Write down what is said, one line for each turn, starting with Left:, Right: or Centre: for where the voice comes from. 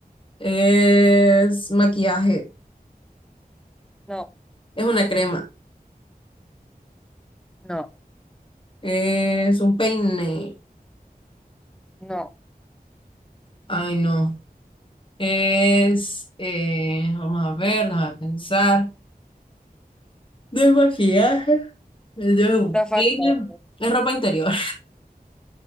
Left: es maquillaje,
Centre: no,
Left: es una crema,
Centre: no,
Left: es un peine.
Centre: no.
Left: Ay, no. Es, eh, vamos a ver, déjame pensar. Desmaquillaje. Es de un
Centre: Está fácil.
Left: peine. Es ropa interior.